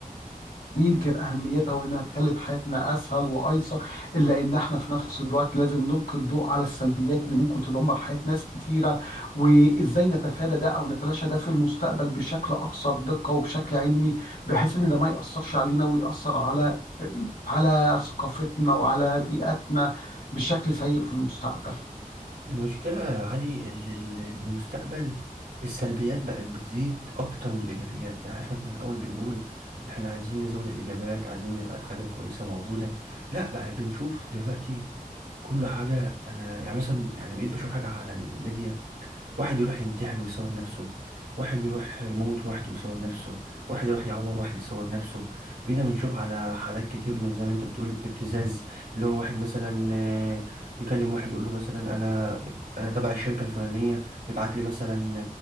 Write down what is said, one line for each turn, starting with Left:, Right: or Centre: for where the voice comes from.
Left: ينكر أهميتها وإنها خلت حياتنا أسهل وأيسر إلا إن إحنا في نفس الوقت لازم نلقي الضوء على السلبيات اللي ممكن تدمر حياة ناس كتيرة وإزاي نتفادى ده أو نتلاشى ده في المستقبل بشكل أكثر دقة وبشكل علمي بحيث إن ده ما يأثرش علينا ويأثر على على ثقافتنا وعلى بيئتنا بشكل سيء في المستقبل
Right: المشكلة يا علي اللي اللي في المستقبل السلبيات بقت بتزيد اكتر من الايجابيات يعني احنا كنا الاول بنقول احنا عايزين نزود الايجابات عايزين نبقى الحاجة كويسة موجودة لا بقى بنشوف دلوقتي كل حاجة أنا يعني مثلا يعني بقيت بشوف حاجة على الميديا واحد يروح ينتحر ويصور نفسه واحد يروح يموت واحد ويصور نفسه واحد يروح يعور واحد يصور نفسه بينا بنشوف على حالات كتير من زي ما انت بتقول ابتزاز اللي هو واحد مثلا آه، يكلم واحد يقول له مثلا انا انا تبع الشركة الفلانية يبعت لي مثلا